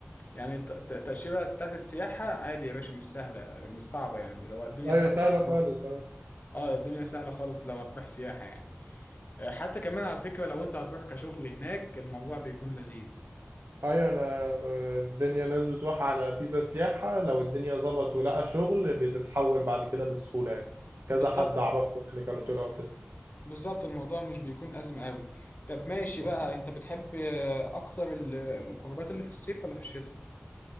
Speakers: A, on the left (about 50°); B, on the right (about 85°).
A: يعني الت- الت- التاشيره بتاعت السياحه عادي يا باشا مش سهله مش صعبه يعني لو الدنيا
B: ايوه
A: سهله
B: سهلة
A: عندهم
B: خالص اه
A: اه الدنيا سهله خالص لو هتروح سياحه يعني آه، حتى كمان على فكره لو انت هتروح كشغل هناك الموضوع بيكون لذيذ
B: ايوه انا آه، الدنيا ناس بتروح على فيزا سياحة لو الدنيا ظبط ولقى شغل بتتحول بعد كده بسهولة يعني كذا
A: بالظبط
B: حد اعرفه يعني كانوا طلعوا كده
A: بالظبط الموضوع مش بيكون أزمة قوي طب ماشي
B: <laughs>
A: بقى انت بتحب آه، اكتر ال- الخروجات اللي في الصيف ولا في الشتاء